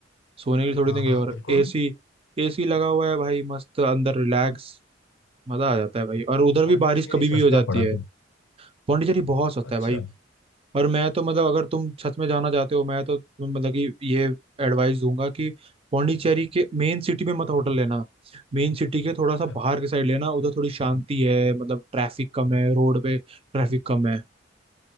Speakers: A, on the right (about 30°); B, on the left (about 80°).
A: सोने के लिए थोड़ी
B: हाँ
A: ना गए
B: हाँ
A: हो। और
B: बिल्कुल
A: एसी एसी लगा हुआ है भाई मस्त अंदर रिलैक्स मजा आ जाता है भाई और उधर
B: पौंडीचेरी
A: भी बारिश कभी
B: सस्ता
A: भी हो जाती
B: पड़ा
A: है
B: फिर
A: पौंडीचेरी बहुत सस्ता
B: अच्छा
A: है भाई और मैं तो मतलब अगर तुम सच में जाना चाहते हो मैं तो मतलब कि ये एडवाइस दूंगा कि पौंडीचेरी के मेन सिटी में मत होटल लेना मेन सिटी के थोड़ा
B: अच्छा
A: सा बाहर के साइड लेना उधर थोड़ी शांति है मतलब ट्रैफिक कम है रोड पे ट्रैफिक कम है